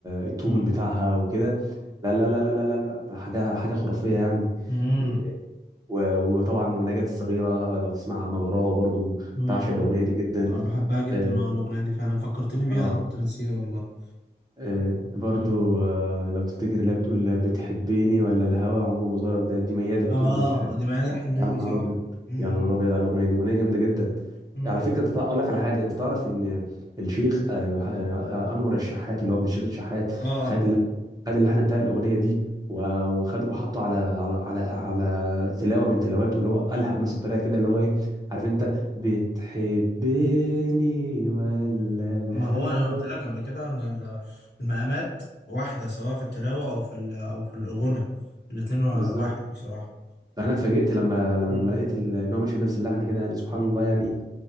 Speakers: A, on the right; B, on the left.
A: التون
B: امم
A: بتاعها وكده لا لا لا لا لا لا لا، حاجه حاجه خرافيه يعني
B: امم
A: إيه، و- وطبعا ونجاة الصغيره لو تسمع عم براوه برضو
B: مم.
A: بعشق الاغنيه دي جدا
B: انا بحبها جدا
A: اه
B: اه الاغنيه دي فعلا فكرتني بيها
A: آه.
B: انا كنت ناسيها والله
A: آه، برضو
B: مم.
A: آه، لو تفتكر اللي هي بتقول بتحبيني ولا الهوى عمره ما زارك ده دي ميادة بتقول
B: اه
A: بتحب
B: دي ميادة الحناوي
A: يا نهار
B: صح
A: ابيض
B: مم.
A: يا نهار ابيض على الاغنيه دي اغنيه جامده جدا
B: مم.
A: على فكره انت تع- اقول لك على حاجه انت تعرف ان الشيخ آه، آه، آه، انور الشحات اللي هو ابن الشيخ الشحات
B: اه
A: خد اللحن خد اللحن بتاع الاغنيه دي و- وخد وحطه على على على على تلاوه من تلاواته اللي هو قالها بنفس الطريقه كده اللي هو ايه عارف انت بتحبني ولا الهوى
B: ما هو انا قلت لك قبل كده ان ال- المقامات واحده سواء في التلاوه او في ال- او في الغنى الاتنين واحد
A: بالظبط
B: بصراحه
A: انا اتفاجئت لما لما
B: مم.
A: لما لقيت ال- ان هو ماشي بنفس اللحن كده يعني سبحان
B: مم.
A: الله يعني